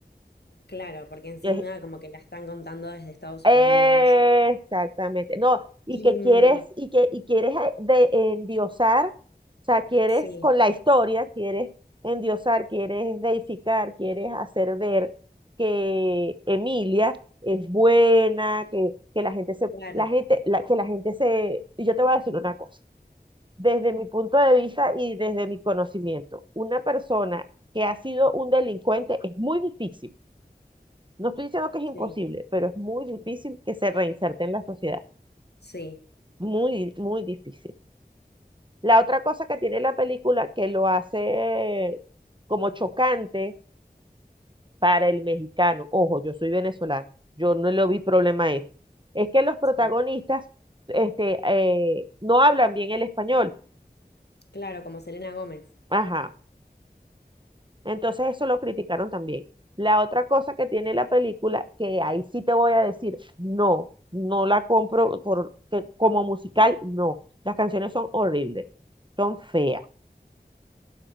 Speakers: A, on the left; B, on the right.
A: Claro, porque encima
B: Es
A: como que la están contando desde Estados
B: Exactamente.
A: Unidos.
B: No, y
A: Y
B: que
A: mm,
B: quieres, y que, y quieres eh, de endiosar, o sea, quieres
A: sí,
B: con la historia, quieres endiosar, quieres deificar, quieres hacer ver que Emilia es buena, que, que la gente se,
A: claro,
B: la gente, la- que la gente se, y yo te voy a decir una cosa, desde mi punto de vista y desde mi conocimiento, una persona que ha sido un delincuente es muy difícil no estoy diciendo que es
A: sí,
B: imposible, pero es muy difícil que se reinserte en la sociedad.
A: sí,
B: Muy, muy difícil. La otra cosa que tiene la película que lo hace como chocante para el mexicano, ojo, yo soy venezolano, yo no le vi problema a eso, es que los protagonistas
A: sí.
B: este, eh, no hablan bien el español.
A: Claro, como Selena Gómez.
B: Ajá, Entonces eso lo criticaron también. La otra cosa que tiene la película, que ahí sí te voy a decir, no, no la compro por que como musical, no. Las canciones son horribles, son feas,